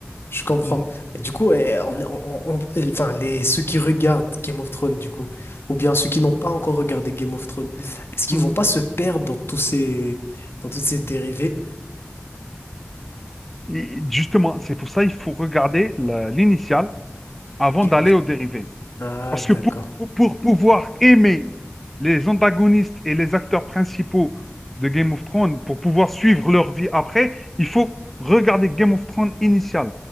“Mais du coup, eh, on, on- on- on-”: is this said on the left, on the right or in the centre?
Left